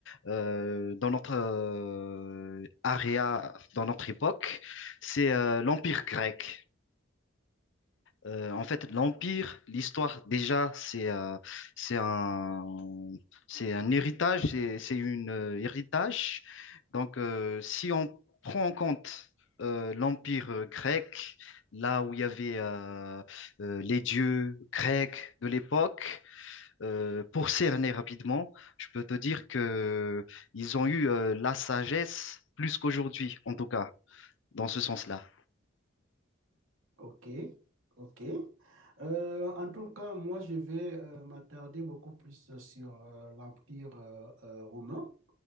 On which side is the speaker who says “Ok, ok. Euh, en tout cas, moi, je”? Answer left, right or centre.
Right